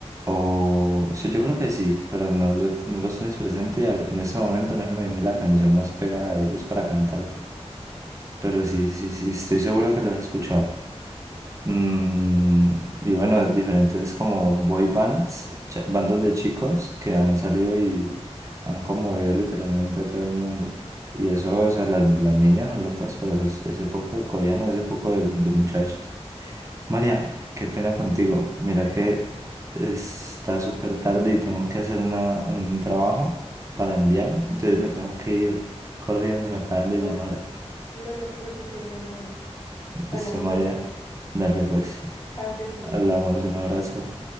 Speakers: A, on the right (about 30°); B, on the left (about 30°).
A: O sí, yo creo que sí, pero no los, no los tienes presente. a- En ese momento no se me viene la canción más pegada de ellos para cantártela. Pero sí, sí, sí, estoy seguro que las has escuchado. Mm, y bueno, diferentes como boy bands, cha- bandos de chicos que han salido y han conmovido literalmente a todo el mundo. Y eso, o sea, la- las niñas son locas por esos, ese poco de coreanos, ese poco de, de muchachos. María, qué pena contigo. Mira que está súper tarde y tengo que hacer una, un trabajo para enviar, entonces me tengo que ir corriendo, me acaban de
B: vale.
A: llamar.
B: No, no te preocupes, dale, dale. Hablamos
A: Listo, María,
B: después.
A: dale pues,
B: Chao, que estés
A: hablamos,
B: bien.
A: un abrazo.